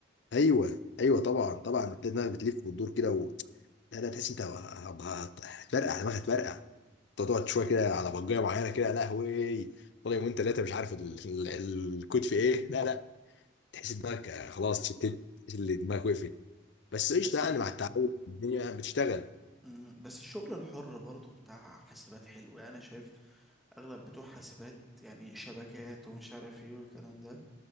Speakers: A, on the left (about 55°); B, in the centre.
A: ايوه ايوه طبعا طبعا بتلاقي
B: دي
A: دماغك بتلف وتدور كده و... لا لا تحس انت هت- هت- هتفرقع دماغك هتفرقع انت تقعد شويه كده على بجايه معينه كده لا هوي طالع يومين ثلاثه مش عارف ال- ال- الكود في ايه لا لا تحس دماغك خلاص شتت تحس ان دماغك وقفت بس قشطه
B: بس
A: يعني مع التعود الدنيا بتشتغل
B: مم، بس الشغل الحر برضه بتاع حاسبات حلو يعني انا شايف اغلب بتوع حاسبات يعني شبكات ومش عارف ايه والكلام ده